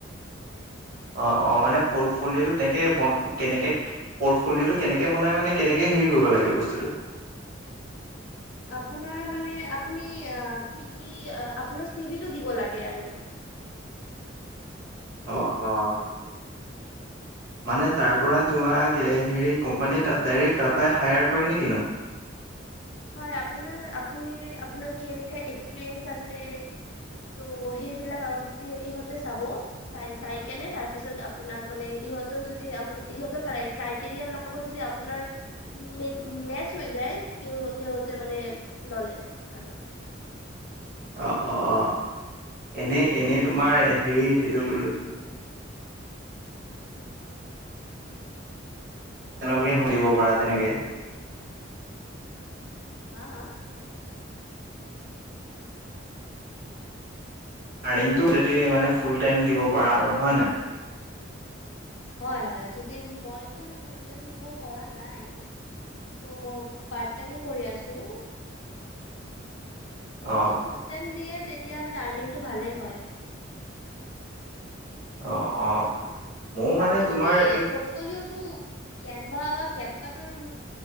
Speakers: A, on the right; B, on the left.
A: অ, অ মানে পৰ্টফলিঅ'
B: ক'লে
A: টো তেকে বন কেনেকে পৰ্টফলিঅটো কেনেকে বনাই মানে কেনেকে হেৰি কৰিব লাগে বস্তুটো?
B: <inaudible> আপোনাৰ মানে আপুনি কি কি আপোনাৰ চিবিটো দিব লাগে আৰু। <inaudible>
A: অহ অহ। মানে তাৰ পৰা তোমাক হেৰি কোম্পানীয়ে ডাইৰেক্ট তাৰপৰাই হায়াৰ কৰে নে কি নো?
B: হয়‌, আপোনাৰ আপুনি আপোনাৰ কেনেকা এক্সপিৰিএন্স আছে তো' সেইবিলাক আও ইহঁতে চাব। চাই চাই কেনে তাৰপিছত আপোনাক মানে সিহঁতৰ যদি আপোনাৰ সিহঁতৰ ক্ৰাই-ক্ৰাইটেৰিয়াৰ লগত যদি আপোনাৰ উ মেন মেটচ হৈ যায় তেওঁ তেহতে মানে ললে আৰু।
A: অ-অ-অ এনে এনেই তোমাৰ হেৰি এইটো কি বুলি <unintelligible> দিব পাৰা তেনেকে।
B: হা, হা?
A: আৰ্মিংটো যদি মানে ফুল টাইম দিব পাৰা আৰু হয় নাই?
B: হয়, হয়। যদি মইটো মানে ফুল টাইম দিব পৰা নাই। তো' পাৰ্ট টাইম কৰি আছো।
A: অ
B: যদি ফুল টাইম দিয়ে তেতিয়া মানে আৰ্নিংটো ভালে হয়।
A: অ, অ। ময়ো
B: বাকী
A: মানে তোমাৰ
B: তুমি
A: এই
B: পৰ্টপলিওটো কেনভা বা কেপকাটৰ